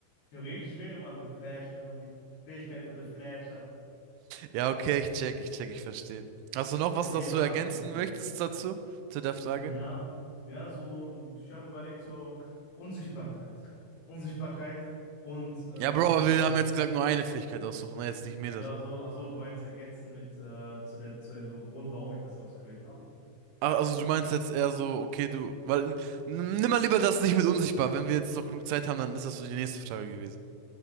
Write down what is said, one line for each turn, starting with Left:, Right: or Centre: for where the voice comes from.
Left: theoretisch wäre man The Flash, wenn man die Fähigkeit von The Flash hat.
Right: Ja, okay, ich check, ich check, ich verstehe. Hast du noch
Left: Es gibt
Right: was,
Left: ja mehrere
Right: das du ergänzen
Left: Arten von Flash.
Right: möchtest dazu? Zu der Frage?
Left: Ja, ja, so, ich habe überlegt, so Unsichtbarkeit. Unsichtbarkeit und äh,
Right: Ja, Bro, aber wir
Left: wie heißt
Right: haben jetzt
Left: es?
Right: gesagt, nur eine Fähigkeit aussuchen, ne? Jetzt nicht mehrere.
Left: Also, ach so, ach so, du meinst ergänzen mit äh, zu der, zu dem Grund, warum ich das ausgewählt habe.
Right: Ach, also du meinst jetzt eher so, okay, du, weil, n- nimm mal lieber das nicht mit unsichtbar. Wenn wir jetzt noch genug Zeit haben, dann ist das so die nächste Frage gewesen.